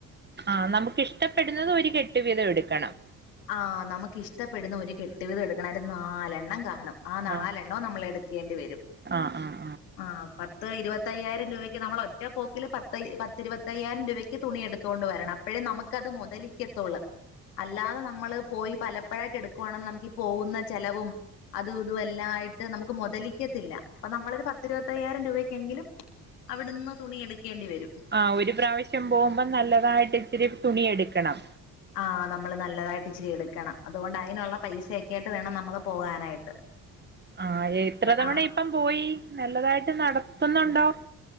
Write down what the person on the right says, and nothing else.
ആഹ് നമുക്ക് ഇഷ്ടപ്പെടുന്നത് ഒരു കെട്ട് വീതം എടുക്കണം.
ആഹ്
ആഹ് ആഹ്
ആഹ്‌ ഒരു പ്രാവശ്യം പോവുമ്പോ നല്ലതായിട്ട് ഇച്ചിരി തുണിയെടുക്കണം.
ആഹ് എത്ര തവണ
ഇപ്പം പോയി നല്ലതായിട്ട് നടത്തുന്നുണ്ടോ?